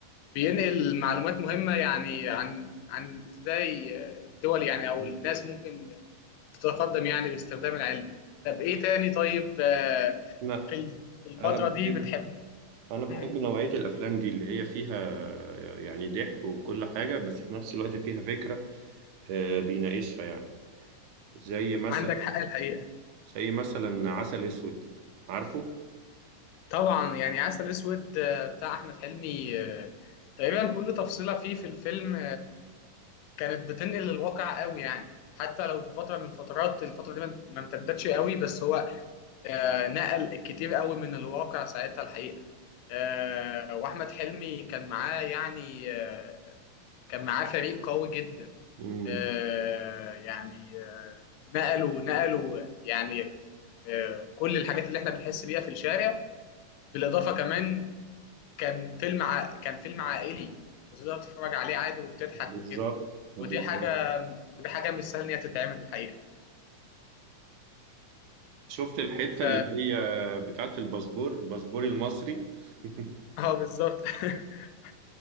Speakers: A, on the left (about 85°); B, on the right (about 75°).
A: بينقل معلومات مهمه يعني عن عن ازاي الدول يعني او
B: مم.
A: الناس ممكن تتقدم يعني باستخدام العلم طب ايه تاني طيب آه،
B: لا
A: في ال- في الفتره
B: أنا بحب
A: دي بتحب
B: أنا بحب
A: مم.
B: نوعية الأفلام دي اللي هي فيها آه، يعني ضحك وكل حاجة بس في نفس الوقت فيها فكرة آه، بيناقشها يعني زي مثلا
A: عندك حق الحقيقه
B: زي مثلا عسل اسود عارفه
A: طبعا يعني عسل اسود آه، بتاع احمد حلمي آه، تقريبا كل تفصيله فيه في الفيلم كانت بتنقل الواقع قوي يعني حتى لو في فتره من الفترات الفتره دي ما ما امتدتش قوي بس هو آه، نقل كتير قوي من الواقع ساعتها الحقيقه آه، واحمد حلمي كان معاه يعني آه، كان معاه فريق قوي جدا
B: امم
A: آه، يعني آه، نقلوا نقلوا يعني آه، كل الحاجات اللي احنا بنحس بيها في الشارع بالاضافه كمان كان فيلم ع... كان فيلم عائلي وتقدر تتفرج عليه عادي وبتضحك
B: بالظبط
A: وكده
B: بالظبط
A: ودي حاجة ودي حاجة مش سهل إن هي تتعمل الحقيقة
B: شفت الحتة
A: ف
B: اللي هي بتاعت الباسبور باسبوري المصري <laughs>
A: اه بالظبط <laughs>